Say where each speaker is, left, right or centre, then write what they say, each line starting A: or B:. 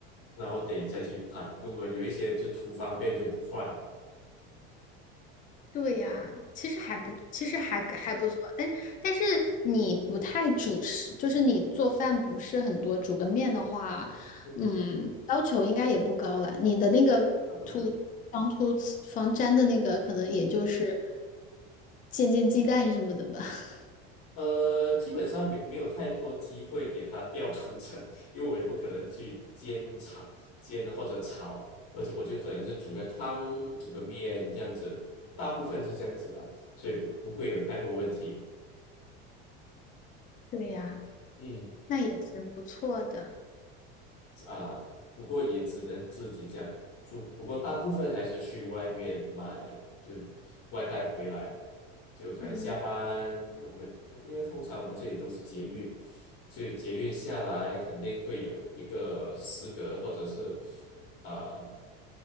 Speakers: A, on the left; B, on the left.
A: 然后得再去烫。如果有一些就图方便就不换，
B: 对呀，其实还不，其实还还不错，
A: 嗯，
B: 但但是你不太主食，就是你做饭不是很多，煮个面的话，
A: 不会，
B: 嗯，要求应该也不高了。你的那个涂防涂防粘的那个，
A: 不可不可。
B: 可能也就是
A: 嗯
B: 煎煎鸡蛋什么的吧。<laughs>
A: 呃，基本上没没有太多机会给它掉涂层，因为我也不可能去煎炒煎或者炒，而且我就可能就煮个汤、煮个面这样子，大部分是这样子啦，所以不不会有太多问题。
B: 对呀，
A: 嗯
B: 那也挺不错的。
A: 啊，不过也只能自己这样做。不过大部分还是去外面买，就外带回来。就可能下班，
B: 嗯，
A: 我们通因为通常我们这里都是捷运，所以捷运下来肯定会有一个食阁，或者是啊、呃